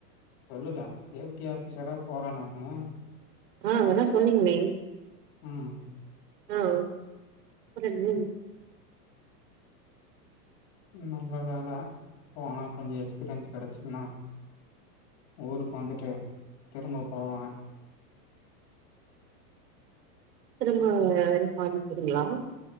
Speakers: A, on the left; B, on the right.
A: சொல்லுல சேஃப்டி ஆபீஸரா போறே நானு
B: ஆ அதா சொன்னீங்கே
A: ம்
B: ஆ அப்றோ என்ன
A: நல்ல வேல போனா கொஞ்சோ எக்ஸ்பீரியன்ஸ்ஸு கெடைச்சிதுன்னா ஊருக்கு வந்துட்டு திரும்ப போவனே
B: திரும்ப <unintelligible> ஃபாரின் போறீங்களா